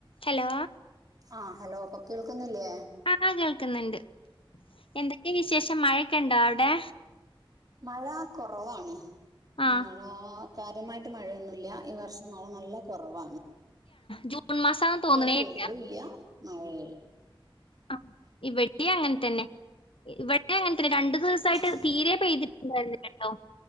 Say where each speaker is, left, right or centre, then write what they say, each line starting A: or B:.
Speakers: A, on the left; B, on the right.
A: ഹലോ
B: ആ ഹലോ ഇപ്പൊ കേൾക്കുന്നില്ലേ
A: ആ കേൾക്കുന്നുണ്ട് എന്തൊക്കെ വിശേഷം മഴൊക്കെ ഉണ്ടോ അവിടെ
B: മഴ കുറവാണ്
A: ആഹ്
B: മഴ കാര്യമായിട്ട് മഴയൊന്നുല്ല ഈ വർഷം മഴ നല്ല കൊറവാണ്
A: ജൂൺ മാസാന്ന് തോന്നണേ
B: ഇവിടൊന്നും വെള്ളൂല്ല
A: ഇല്ല
B: മഴയ
A: ആ ഇവിടെം അങ്ങനെ തന്നെ ഇവിടെ അങ്ങ രണ്ടു ദിവസായിട്ട്
B: ആഹ്
A: തീരെ പെയ്തിട്ടുണ്ടായിരുന്നില്ലല്ലോ